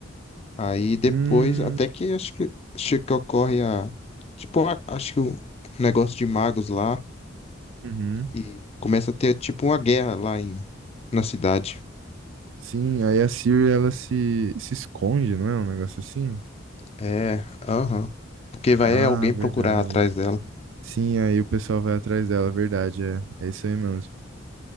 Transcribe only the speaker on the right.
Hum,
uhum.
Sim, aí a Siri ela se, se esconde, não é? Um negócio assim?
Ah,
verdade.
Sim, aí o pessoal vai atrás dela, verdade, é. É isso aí mesmo.